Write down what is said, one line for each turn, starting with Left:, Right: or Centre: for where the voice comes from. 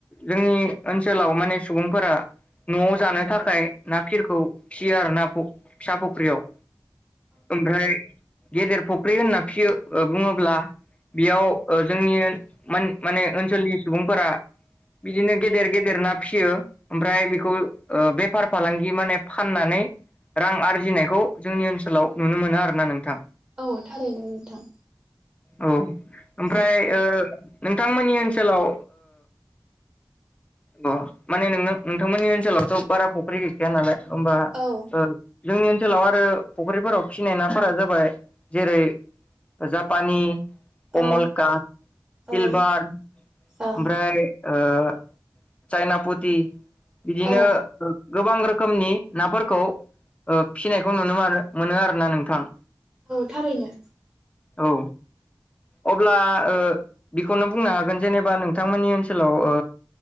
Left: जोंनि ओनसोलाव माने सुबुंफोरा न'आव जानो थाखाय ना फिरखौ फियो आरो ना फिसा फुख्रियाव। ओमफ्राय गेदेर फुख्रि होनना फियो बुङोब्ला बेयाव जोंनि ओन मान माने ओनसोलनि सुबुं फोरा बिदिनो गेदेर गेदेर ना फिसियो। ओमफ्राय बेखौ बेफार फालांगि माने फाननानै रां आरजिनायखौ जोंनि ओनसोलाव नुनो मोनो आरो ना नोंथां।
Right: औ थारैनो नोंथां।
Left: औ ओमफ्राय
Right: औ
Left: ओ नोंथांमोननि ओनसोलाव ओ माने नोंथांमोननि ओनसोलावथ बारा फुख्रि गैखाया नालाय। होमबा
Right: औ
Left: ओ जोंनि ओन ओनसोलाव आरो फुख्रिफोराव फिसिनाय नाफोरा जाबाय जेरै जाफ पानि कमलकात
Right: औ
Left: सिलभार
Right: औ ओं
Left: ओमफ्राय ओ चायना पुति बिदिनो
Right: औ
Left: गोबां रोखोम रोखोमनि नाफोरखौ फिसिनायखौ नुनो मोनो आरो ना नोंथां।
Right: औ थारैनो।
Left: औ। अब्ला ओ बिखौनो बुंनो हागोन जेनेबा नोंथांमोननि ओनसोलाव ओ